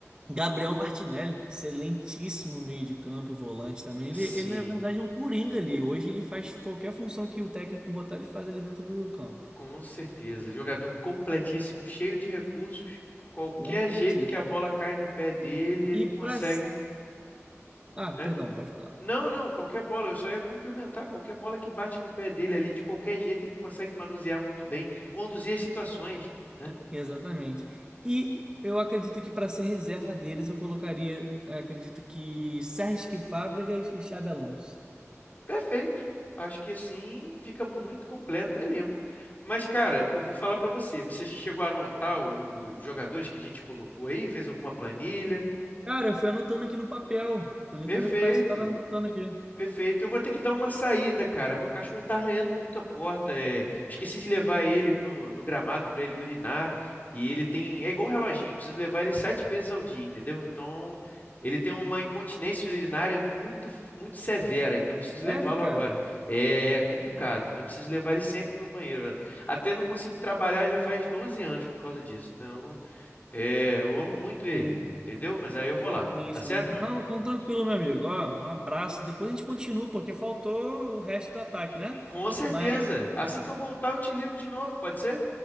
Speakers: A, on the right; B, on the left.
A: Gabriel Martinelli, excelentíssimo meio de campo e volante também.
B: sim,
A: Ele, ele, na verdade, é um coringa ali. Hoje ele faz qualquer função que o técnico botar, ele faz ali dentro do campo.
B: com certeza. Jogador completíssimo, cheio de recursos. Qualquer
A: Completíssimo.
B: jeito que a bola cai no pé dele, ele
A: E
B: consegue,
A: para. Ah, perdão,
B: né?
A: pode falar.
B: Não, não, qualquer bola, eu só ia complementar. Qualquer bola que bate no pé dele ali, de qualquer jeito, ele consegue manusear muito bem, conduzir as situações, né?
A: Exatamente. E eu acredito que para ser reserva deles, eu colocaria, eh, acredito que Sérgio Fábregas e Xabi Alonso.
B: Perfeito. Acho que assim fica muito completo o elenco. Mas, cara, eu vou falar pra você. Você chegou a anotar o- o- os jogadores que a gente colocou aí? Fez alguma planilha?
A: Cara, eu fui anotando aqui no papel. Pelo
B: Perfeito.
A: incrível que pareça, eu tava anotando aqui.
B: Perfeito. Eu vou ter que dar uma saída, cara. Meu cachorro tá arranhando muito a porta. é. Esqueci de levar ele no, no gramado pra ele urinar. E ele tem. É igual um reloginho, preciso levar ele sete vezes ao dia, entendeu? Então, ele tem uma incontinência urinária muito, muito severa. Então, eu preciso
A: Sério,
B: levá-lo
A: cara?
B: agora. É, é complicado. Então, eu preciso levar ele sempre no banheiro. Até não consigo trabalhar já faz 12 anos por causa disso. Então, é, eu amo muito ele,
A: Sim.
B: entendeu? Mas aí eu vou lá.
A: Sim,
B: Tá
A: sim.
B: certo, meu
A: Não,
B: amigo?
A: então tranquilo, meu amigo. Ó, um abraço. Depois a gente continua, porque faltou o resto do ataque, né?
B: Com certeza.
A: Mas
B: Assim que eu voltar, eu te ligo de novo, pode ser?